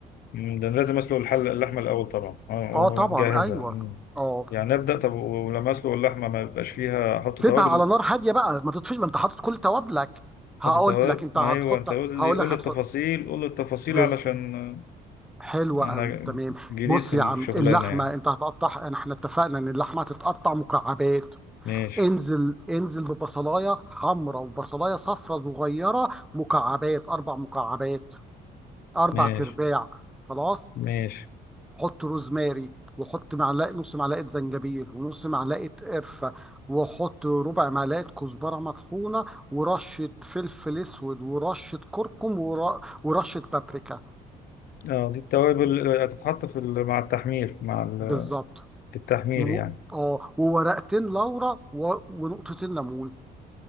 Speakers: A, on the left (about 65°); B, in the centre.
A: مم. ده أنا لازم اسلق الحل اللحمة الأول طبعا اه
B: اه
A: ومجهزها
B: طبعا ايوه
A: مم.
B: اه
A: يعني نبدأ طب ولما اسلق اللحمة ما يبقاش فيها احط
B: سيبها
A: توابل
B: على نار هاديه بقى ما تطفيش ما انت حاطط كل توابلك هقول
A: احط توابل
B: لك انت
A: ما
B: هتحط
A: ايوه انت قول
B: هقول
A: لي قول
B: لك
A: لي
B: هتحط
A: التفاصيل قول لي التفاصيل
B: بز...
A: علشان
B: حلو
A: انا
B: قوي تمام
A: جديد
B: بص
A: في
B: يا
A: الشغلانة
B: عم اللحمه
A: يعني
B: انت هتقطعها احنا اتفقنا ان اللحمه هتتقطع مكعبات
A: ماشي
B: انزل انزل ببصلايه حمراء وبصلايه صفراء صغيره مكعبات اربع مكعبات اربع
A: ماشي
B: ترباع خلاص
A: ماشي
B: حط روزماري وحط معلقه نص معلقه زنجبيل ونص معلقه قرفه وحط ربع معلقه كزبره مطحونه ورشه فلفل اسود ورشه كركم ور... ورشه بابريكا
A: اه دي التوابل هتتحط في ال- مع التحمير مع ال-
B: بالظبط
A: التحمير
B: و...
A: يعني
B: اه وورقتين لورا و... ونقطتين ليمون